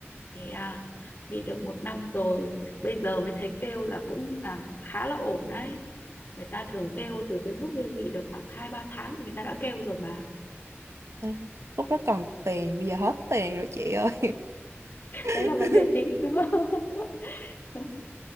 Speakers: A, on the left; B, on the right.
A: thế à nghỉ được một năm rồi bây giờ mới thấy kêu là cũng là khá là ổn đấy người ta thường kêu từ cái lúc lên nghỉ được khoảng hai ba tháng là người ta đã kêu rồi mà
B: À, Lúc đó còn tiền, bây giờ hết tiền rồi chị ơi. <laughs>
A: đấy là vấn đề chính đúng không <laughs>